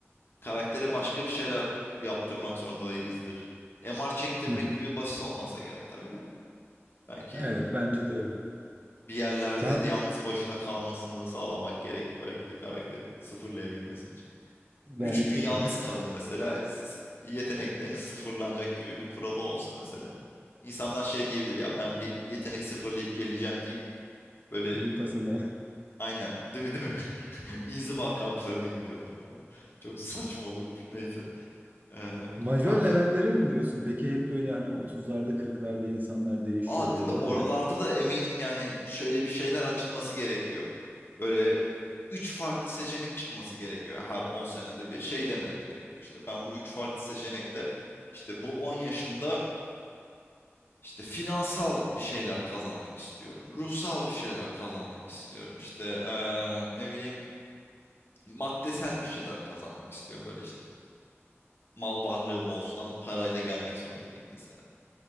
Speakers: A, on the left; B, on the right.
A: karaktere başka bir şeyler yaptırmak zorundayızdır. MR çektirmek
B: Hı hı.
A: gibi basit olmasa gerek tabii de. Belki
B: Evet bence de öyle.
A: bir yerlerde
B: Ya
A: yalnız başına kalmasını sağlamak gerek belki de karakterin sıfırlayabilmesi
B: belki
A: Üç gün yalnız
B: de
A: kalın mesela s- yetenekleriniz sıfırlanacak gibi bir kuralı olsa mesela. İnsanlar şey diyebilir ya ben bir yetenek sıfırlayıp geleceğim deyip
B: <laughs>
A: böyle
B: Vipassana.
A: aynen değil mi değil mi? <laughs> İnziva kamplarına gidiyorlar falan. Çok saçma olurmuş neyse. Ee,
B: Majör
A: aklım
B: levelleri mi diyorsun? Peki hep böyle hani otuzlarda kırklarda insanlar değişiyor
A: aa
B: diyorlar
A: değil mi oralarda
B: ya.
A: da eminim yani şöyle bir şeyler açılması gerekiyor. Böyle üç farklı seçenek çıkması gerekiyor. Her 10 senede bir şey demen gerekiyor. İşte ben bu üç farklı seçenekte işte bu 10 yaşımda İşte finansal bir şeyler kazanmak istiyorum. Ruhsal bir şeyler kazanmak istiyorum. İşte eee, ne bileyim maddesel bir şeyler kazanmak istiyorum. Böyle işte mal varlığım olsun ama parayla gelmek zorunda değil mesela.